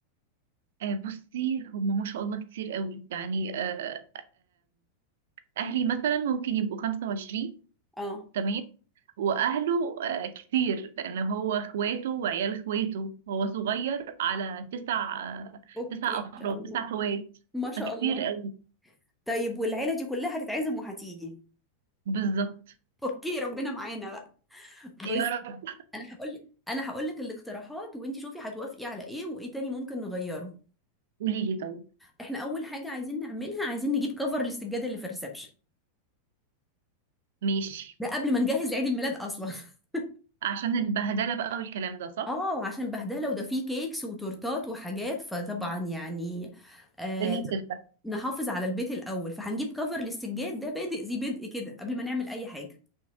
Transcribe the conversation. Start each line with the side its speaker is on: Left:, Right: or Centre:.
Right: آه بصي هم ما شاء الله كتير قوي يعني آه اهلي مثلا ممكن يبقوا 25
Centre: اه
Right: تمام واهله آه، كتير لان هو اخواته وعيال اخواته هو صغير على تسع آه،
Centre: اوكي
Right: تسع
Centre: ان
Right: افراد
Centre: شاء الله
Right: تسع اخوات
Centre: ما شاء
Right: فكتير
Centre: الله
Right: قوي
Centre: طيب والعيله دي كلها هتتعزم وهتيجي
Right: بالظبط
Centre: اوكي ربنا معانا بقى
Right: يا
Centre: بس
Right: رب
Centre: انا هقول لك انا هقول لك الاقتراحات وانت شوفي هتوافقي على ايه وايه تاني ممكن نغيره
Right: قولي لي طيب
Centre: احنا اول حاجه عايزين نعملها عايزين نجيب كفر للسجاده اللي في الريسبشن
Right: ماشي
Centre: ده قبل ما نجهز لعيد الميلاد اصلا <laughs>
Right: عشان البهدله بقى والكلام ده صح
Centre: اه عشان بهدله وده فيه كيكس وتورتات وحاجات فطبعا يعني آه
Right: الدنيا
Centre: لازم
Right: بتتبهدل
Centre: نحافظ على البيت الاول فهنجيب كفر للسجاد ده بادئ ذي بدء كده قبل ما نعمل اي حاجه